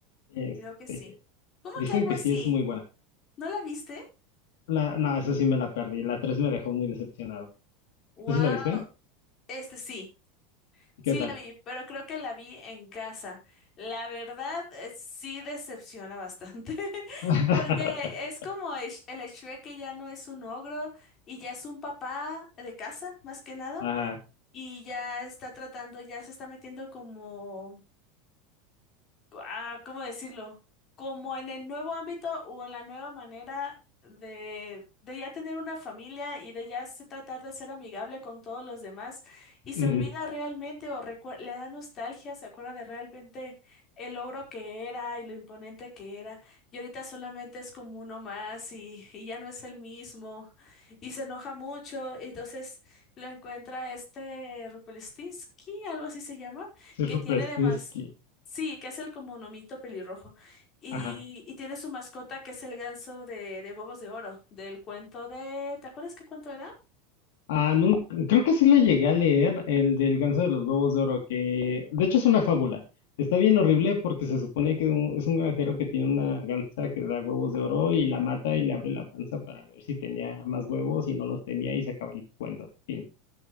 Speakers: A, on the left; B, on the left.
A: este,
B: Creo que sí. ¿Cómo
A: dicen
B: que algo
A: que
B: así?
A: sí es muy buena.
B: ¿No la viste?
A: La, no, esa sí me la perdí. La 3 me dejó muy decepcionado.
B: Wow,
A: ¿Tú sí la viste?
B: este sí,
A: ¿Y
B: sí
A: ¿Qué tal?
B: la vi, pero creo que la vi en casa. La verdad, eh, sí decepciona bastante, <laughs>
A: <laughs>
B: porque es como el, Sh- el Shrek que ya no es un ogro y ya es un papá de casa, más que nada,
A: Ajá.
B: y ya está tratando, ya se está metiendo como ah, ¿cómo decirlo? Como en el nuevo ámbito o en la nueva manera de, de ya tener una familia y de ya se tratar de ser amigable con todos los demás y se
A: ujú,
B: olvida realmente o recue- le da nostalgia, se acuerda de realmente el logro que era y lo imponente que era y ahorita solamente es como uno más y, y ya no es el mismo y se enoja mucho, entonces lo encuentra este Rupelstinsky, algo así se llama,
A: Sir
B: que
A: Rupert
B: tiene demás.
A: Snisky,
B: Sí, que es el como nomito pelirrojo. Y,
A: Ajá.
B: y tiene su mascota que es el ganso de, de huevos de oro, del cuento de... ¿Te acuerdas qué cuento era?
A: Ah, nun- creo que sí lo llegué a leer, el del ganso de los huevos de oro, que de hecho es una fábula. Está bien horrible porque se supone que un- es un granjero que tiene una gansa que da huevos de oro y la mata y le abre la panza para ver si tenía más huevos y no los tenía y se acaba el cuento. Fin.